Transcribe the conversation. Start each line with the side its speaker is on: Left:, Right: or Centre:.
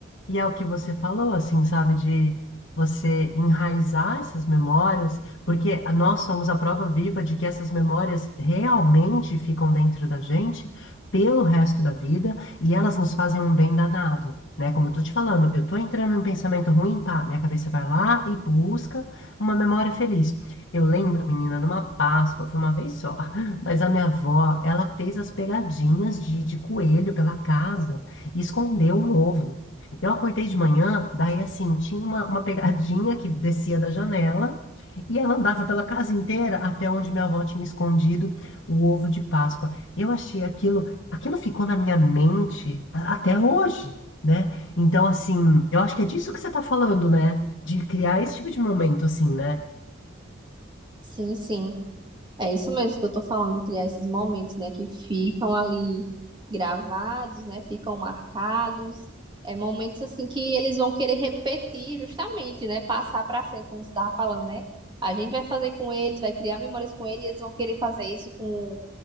Left: E é o que você falou, assim, sabe, de você enraizar essas memórias, porque a- nós somos a prova viva de que essas memórias realmente ficam dentro da gente pelo resto da vida e elas nos fazem um bem danado, né? Como eu tô te falando, eu tô entrando em pensamento ruim, pá, minha cabeça vai lá e busca uma memória feliz. Eu lembro, menina, numa Páscoa, foi uma vez só, <laughs> mas a minha avó, ela fez as pegadinhas de, de coelho pela casa e escondeu um ovo. Eu acordei de manhã, daí assim, tinha uma, uma pegadinha que descia da janela e ela andava pela casa inteira até onde minha avó tinha escondido o ovo de Páscoa. Eu achei aquilo, aquilo ficou na minha mente a- até hoje, né? Então, assim, eu acho que é disso que você tá falando, né? De criar esse tipo de momento, assim, né?
Right: Sim, sim. É isso mesmo que eu tô falando, de criar esses momentos, né, que ficam ali gravados, né, ficam marcados. É momentos assim que eles vão querer repetir justamente, né, passar para frente, como você estava falando, né? A gente vai fazer com eles, vai criar memórias com eles, e eles vão querer fazer isso com